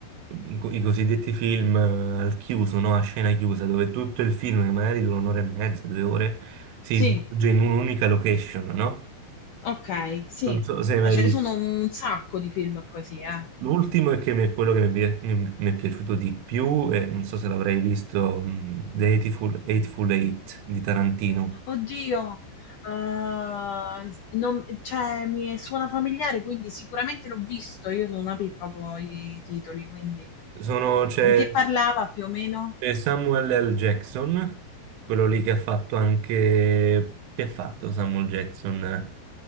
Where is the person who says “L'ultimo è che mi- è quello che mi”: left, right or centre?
Right